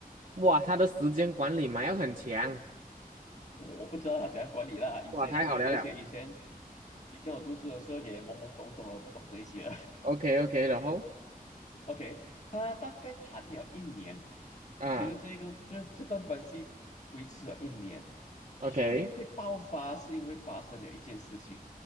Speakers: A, on the right; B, on the left.
A: 哇，他的时间管理嘛要很强，
B: 我不知道他怎样管理啦。以前，
A: 哇，太好了了。
B: 而且以前以前我读书的时候也懵懵懂懂的，不懂这些。
A: OK OK，然后
B: OK，他大概谈了一年，
A: 啊
B: 其实这个这这段关系维持了一年，
A: ，OK，
B: 后面会爆发是因为发生了一件事情，